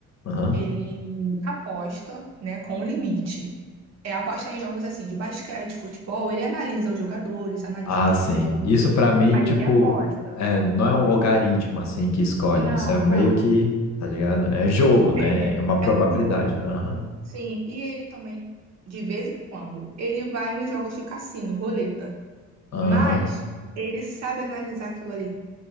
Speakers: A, on the left (about 65°); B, on the right (about 60°).
A: Aham.
B: ele aposta, né, com um limite. É aposta em jogos assim de basquete, futebol, ele analisa os jogadores, analisa
A: Ah,
B: aquele
A: sim.
B: jogo,
A: Isso
B: tudo,
A: pra mim,
B: aí
A: tipo,
B: ele aposta.
A: é, não é um logaritmo assim que escolhe.
B: Não,
A: Isso é meio
B: não.
A: que, tá ligado? É jogo, né?
B: É,
A: É uma probabilidade.
B: é um jogo.
A: Aham.
B: Sim, e ele também de vez em quando, ele vai nos jogos de cassino, roleta,
A: Aham.
B: mas ele sabe analisar aquilo ali.